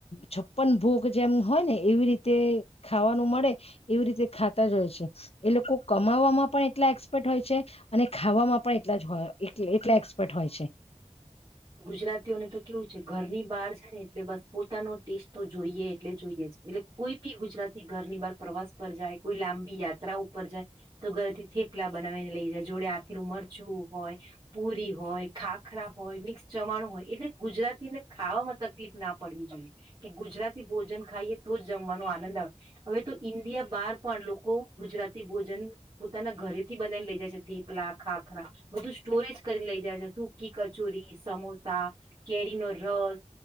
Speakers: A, on the left (about 55°); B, on the right (about 35°).
A: છપ્પન ભોગ જેમ હોય ને એવી રીતે ખાવાનું મળે એવી રીતે ખાતા જ હોય છે. એ લોકો કમાવામાં પણ એટલા એક્સપર્ટ હોય છે, અને ખાવામાં પણ એટલાજ હોય એટલે એટલા એક્સપર્ટ હોય છે.
B: ગુજરાતીઓને તો કેવું છે, ઘરની બહાર જાય ને એટલે બસ પોતાનો ટેસ્ટ તો જોઈએ એટલે જોઈએ છે. એટલે કોઈ બી ગુજરાતી ઘરની બહાર પ્રવાસ પર જાય કોઈ લાંબી યાત્રા ઉપર જાય તો ઘરથી થેપલા બનાવીને લઈ જાય જોડે આથીરું મરચું હોય, પુરી હોય, ખાખરા હોય, મિક્સ ચવાણું હોય. એટલે ગુજરાતીને ખાવામાં તકલીફ ના પડવી જોઈએ. કે ગુજરાતી ભોજન ખાઈએ તો જ જમવાનો આનંદ આવે હવે તો ઈન્ડિયા બહાર પણ લોકો ગુજરાતી ભોજન પોતાના ઘરેથી બનાવીને લઇ જાય છે, થેપલા ખાખરા બધું સ્ટોરેજ કરીને લઇ જાય છે. સુખી કચોરી સમોસા, કેરી નો રસ